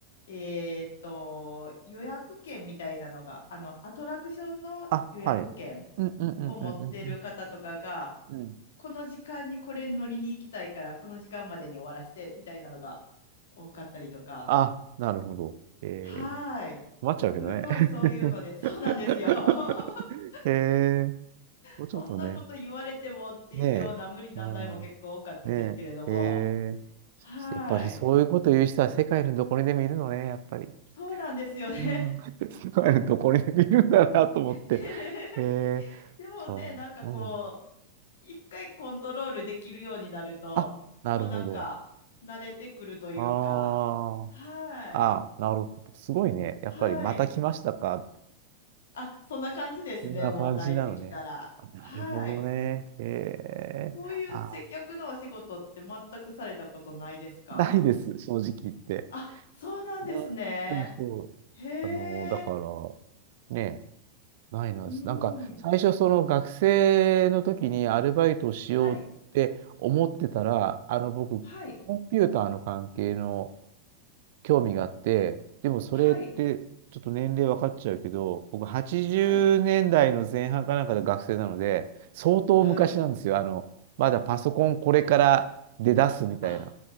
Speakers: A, on the left (about 60°); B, on the right (about 50°).
A: えーっと、予約券みたいなのが、あの、アトラクションの予約券
B: あ、はい。うんうんうんうんうん
A: を持ってる方とかが、
B: うん。うん
A: この時間にこれ乗りに行きたいから、この時間までに終わらせてみたいなのが多かったりとか。
B: あ、なるほど。えー
A: はーい。
B: 困っちゃうけどね。
A: すごいそういうので、そうなんですよ。
B: <laughs>
A: <laughs>
B: ええもうちょっとね、
A: そんなこと言われてもっていうような無理難題も結構多かったですけれども。
B: ねえ、うん、ねえ、ええ
A: はーい。
B: やっぱりそういうこと言う人は世界のどこにでもいるのね、やっぱり。
A: そうなんですよね。
B: うん、<laughs> 世界のどこにでもいるんだなと思って。
A: <laughs>
B: ええ
A: でもね、
B: そう、
A: なんかこ
B: うん。
A: う、一回コントロールできるようになると、
B: あ、なるほど。
A: もうなんか慣れてくるというか。
B: あ
A: はーい。
B: あ、ああ、なるほど。すごいね。やっぱりまた来ましたか。
A: はーい。あ、そんな感じですね。
B: こんな感じなのね。
A: もう慣れてきたら。はい。
B: なるほどね。え
A: そういう接客のお仕事って全くされたことないですか
B: えああ。ないです、正直言って。
A: あ、そうなんですね。
B: うんそうそう。
A: へ
B: あの、だから、
A: え。
B: ね、ないなんです。
A: うん。
B: なんか、最初、その学生の時にアルバイトをしようって思ってたら、
A: はい。
B: あの、僕、
A: はい。
B: コンピューターの関係の、興味があって、でもそれってちょっと年齢分かっちゃうけど、
A: はい。
B: 僕80年代の前半かなんかで学生なので、
A: はい。
B: 相当昔なんですよ。
A: はい。
B: あの、まだパソコンこれから出だすみたいな。
A: あ、